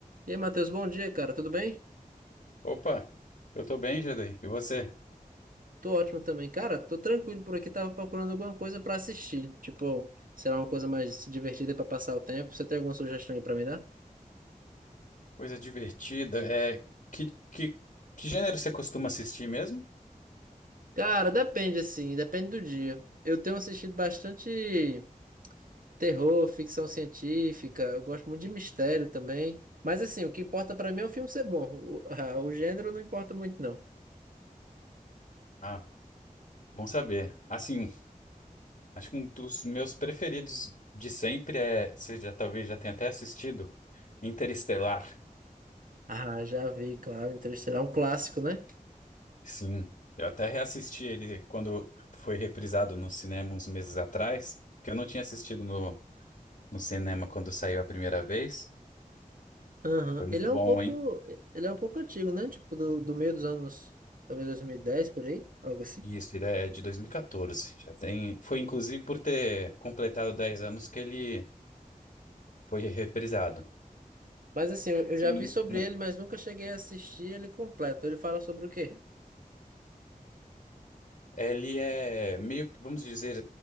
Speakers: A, on the right; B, on the left.
A: E aí, Matheus, bom dia, cara. Tudo bem?
B: Opa, eu tô bem, Jadei. E você?
A: Tô ótimo também. Cara, tô tranquilo por aqui. Tava procurando alguma coisa pra assistir. Tipo, sei lá, uma coisa mais divertida pra passar o tempo. Você tem alguma sugestão aí pra me dar?
B: Coisa divertida. É, que, que, que gênero você costuma assistir mesmo?
A: Cara, depende assim, depende do dia. Eu tenho assistido bastante terror, ficção científica, eu gosto muito de mistério também. Mas assim, o que importa pra mim é o filme ser bom. O, <laughs> ah, o gênero não importa muito, não.
B: Ah, bom saber. Assim, acho que um dos meus preferidos de sempre é, você já talvez já tenha até assistido, Interestelar.
A: Ah, já vi, claro, Interestelar é um clássico, né?
B: Sim, eu até reassisti ele quando foi reprisado no cinema uns meses atrás, que eu não tinha assistido no, no cinema quando saiu a primeira vez.
A: Aham.
B: Foi muito
A: Ele é
B: bom,
A: um pouco,
B: hein?
A: ele é um pouco antigo, né? Tipo, do, do meio dos anos, talvez 2010 por aí, algo assim.
B: Isso, ele é de 2014. Já tem. Foi inclusive por ter completado 10 anos que ele foi reprisado.
A: Mas assim, eu eu
B: Assim,
A: já vi
B: no-
A: sobre
B: no-
A: ele, mas nunca cheguei a assistir ele completo. Ele fala sobre o quê?
B: ele é meio que, vamos dizer,